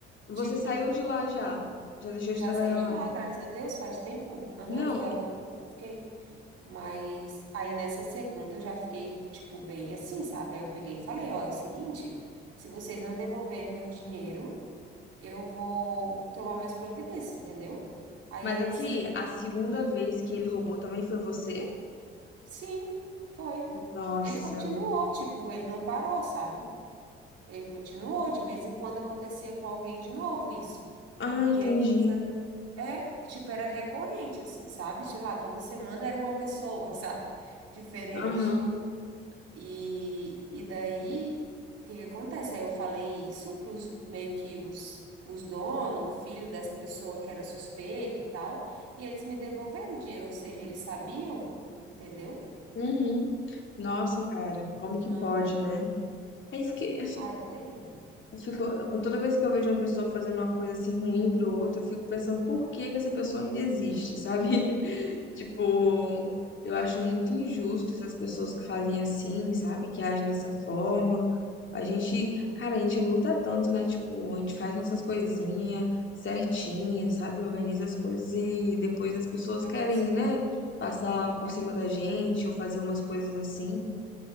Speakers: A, on the left (about 40°); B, on the right (about 55°).
A: Você
B: Tipo,
A: saiu de lá já? Já deixou
B: já
A: de trabalhar
B: saí de
A: lá?
B: lá, graças a Deus, faz tempo. Aham,
A: Não,
B: foi a última que eu fiquei. Mas aí nessa segunda eu já fiquei, tipo, bem assim, sabe? Aí eu peguei e falei, ó, é o seguinte, se vocês não devolverem meu dinheiro. eu vou tomar minhas providências, entendeu? Aí
A: mas
B: eles,
A: aqui, a segunda vez que ele roubou também foi você?
B: sim, foi.
A: Nossa.
B: Ele continuou, tipo, ele não parou, sabe? Ele continuou, de vez em quando acontecia com alguém de novo isso.
A: Ah, entendi.
B: E a igreja, é, é, tipo, era recorrente, assim, sabe? Sei lá, toda semana era uma pessoa, <laughs> sabe? Diferente.
A: Aham.
B: E, e daí, o que que acontece? Aí eu falei isso para os meio que os, os donos, o filho dessa pessoa que era suspeita e tal, e eles me devolveram o dinheiro, ou seja, eles sabiam, entendeu?
A: Uhum. Nossa, cara, como que
B: Aham.
A: pode, né? É isso que
B: Ai, é terrível.
A: eu fico, toda vez que eu vejo uma pessoa fazendo uma coisa assim ruim pro outro, eu fico pensando por que que essa pessoa ainda existe, sabe? <laughs> Tipo,
B: Então,
A: eu acho muito injusto essas pessoas que fazem assim, sabe? Que agem dessa forma. A gente,
B: ai,
A: cara,
B: é
A: a gente
B: terrível.
A: luta tanto, né? Tipo, a gente faz nossas coisinhas certinhas, sabe? Organiza as coisas e depois as pessoas
B: Para
A: querem,
B: a pessoa
A: né?
B: vir.
A: Passar por
B: é, né?
A: cima da gente ou fazer umas coisas assim.